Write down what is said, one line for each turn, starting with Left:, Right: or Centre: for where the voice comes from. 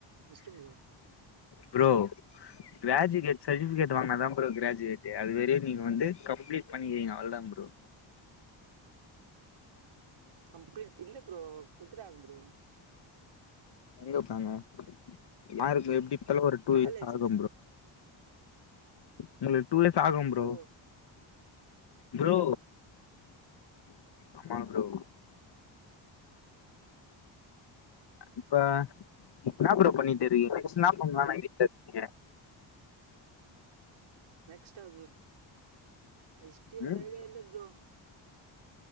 Right: mister bro
Left: bro graduate certificate வாங்குனாதாப் ப்ரோ கிராஜுவேட்டு அது பெரிய நீங்க வந்து கம்ப்ளீட் பண்ணிக்கிறீங்க அவளோதா ப்ரோ
Right: கம்ப்ளீட் இல்ல ப்ரோ குடுத்துட்டாங்க ப்ரோ
Left: எங்க குடுத்தாங்க யாருக்கு எப்டி பாத்தாலும் ஒரு டூ
Right: காலேஜ்ல
Left: இயர்ஸ் அனுபவே ஆகு ப்ரோ உங்களுக்கு டூ லேக்ஸ் ஆகும் ப்ரோ
Right: ஓ
Left: ப்ரோ அம்மா ப்ரோ இப்ப என்னா ப்ரோ பண்ணிட்டு இருகீங்க, நெக்ஸ்ட் என்னா பண்லானு ஐடியா இருக்கீங்க
Right: நெக்ஸ்ட் அது நெக்ஸ்ட் ஒரு
Left: ம்
Right: ஐடியா இல்ல ப்ரோ